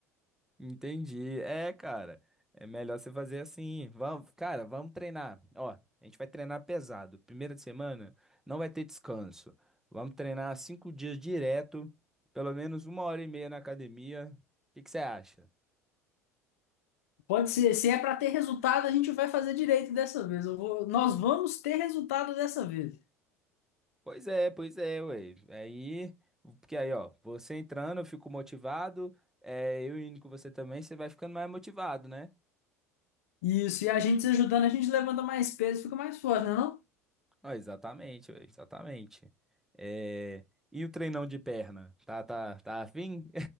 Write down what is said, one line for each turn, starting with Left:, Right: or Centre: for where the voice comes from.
Centre: Entendi. É, cara, é melhor você fazer assim. Vamos, cara, vamos treinar. Ó, a gente vai treinar pesado. Primeira semana não vai ter descanso. Vamos treinar cinco dias direto, pelo menos uma hora e meia na academia. O que que você acha?
Left: Pode ser, se é para ter resultado, a gente vai fazer direito dessa vez. Eu vou, nós vamos ter resultado dessa vez.
Centre: Pois é, pois é, ué. Aí, porque aí, ó, você entrando, eu fico motivado. É, eu indo com você também, você vai ficando mais motivado, né?
Left: Isso, e a gente se ajudando, a gente levanta mais peso, fica mais forte, não é não?
Centre: Ó, exatamente, ué, exatamente. É. E o treinão de perna? Tá, tá, tá afim?